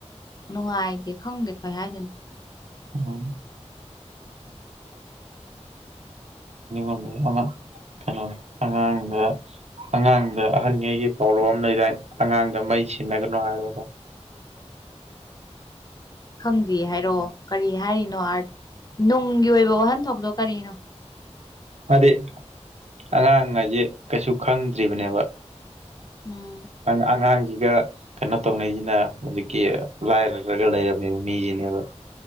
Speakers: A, on the left; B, on the right.
A: ꯅꯨꯡꯉꯥꯏꯗꯦ ꯈꯪꯗꯦ ꯀꯩ ꯍꯥꯏꯗꯅꯣ
B: ꯎꯝ <unintelligible> ꯀꯩꯅꯣ ꯑꯉꯥꯡꯗ ꯑꯉꯥꯡꯗ ꯑꯍꯟꯉꯩꯒꯤ ꯄꯥꯎꯔꯧ ꯑꯃ ꯂꯩꯗꯥꯏ ꯑꯉꯥꯡꯗ ꯃꯩ ꯁꯤꯟꯅꯒꯅꯣ ꯍꯥꯏꯕꯕ
A: ꯈꯪꯗꯦ ꯍꯥꯏꯔꯛꯑꯣ ꯀꯔꯤ ꯍꯥꯏꯔꯤꯅꯣ ꯑꯥꯔꯠ ꯅꯨꯡꯒꯤ ꯑꯣꯏꯕ ꯋꯥꯍꯟꯊꯣꯛꯇꯣ ꯀꯔꯤꯅꯣ
B: ꯍꯥꯏꯗꯤ ꯑꯉꯥꯡ ꯍꯥꯏꯁꯦ ꯀꯩꯁꯨ ꯈꯪꯗ꯭ꯔꯤꯕꯅꯦꯕ
A: ꯎꯝ
B: <unintelligible> ꯑꯉꯥꯡꯁꯤꯒ ꯀꯩꯅꯣ ꯇꯧꯅꯩꯁꯤꯅ ꯍꯧꯖꯤꯛꯀꯤ ꯂꯥꯏꯔꯗ꯭ꯔꯒ ꯂꯩꯔꯝꯃꯤꯕ ꯃꯤꯁꯤꯅꯦꯕ